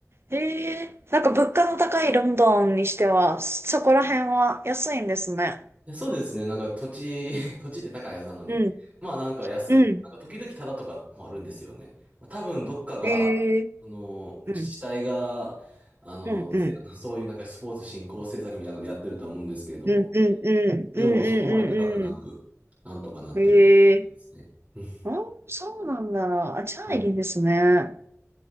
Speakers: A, on the right (about 55°); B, on the right (about 30°).
A: ええー、なんか物価の高いロンドンにしては、そこら辺は安いんですね。
B: やそうですね。なんか土地、<laughs> 土地って高いはずなのに。
A: うん、
B: まあなんか安くで、
A: うん。
B: なんか時々タダとかもあるんですよね。多分どっかが、
A: ええ
B: あの、自治体が、
A: うん、
B: あの、
A: うん、うん、
B: せあのそういうなんかスポーツ振興政策みたいなのでやってるとは思うんですけれども。
A: うん、うん、うん、
B: でもそこまで高くなく、
A: うん、うん、
B: なんとかなってるって感じですね。
A: うん。ええ
B: <laughs> うん
A: あ、そうなんだ。あ、じゃあいいですね。
B: はい